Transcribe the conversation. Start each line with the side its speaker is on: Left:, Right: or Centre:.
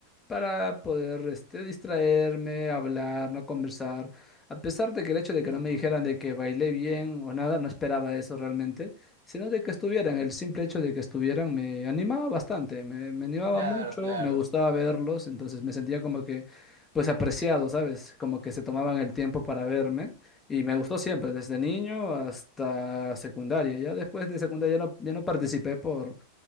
Left: para poder este, distraerme, hablar, no conversar. A pesar de que el hecho de que
Right: Ujú.
Left: no me dijeran de que bailé bien o nada, no esperaba eso realmente, sino de que estuvieran, el simple hecho de que estuvieran me animaba bastante, me, me animaba
Right: Claro,
Left: mucho,
Right: claro.
Left: me gustaba verlos, entonces me sentía como que, pues apreciado, ¿sabes? Como que se tomaban el tiempo para verme. Y me gustó siempre, desde niño hasta secundaria. Ya después de secundaria ya no, ya no participé por,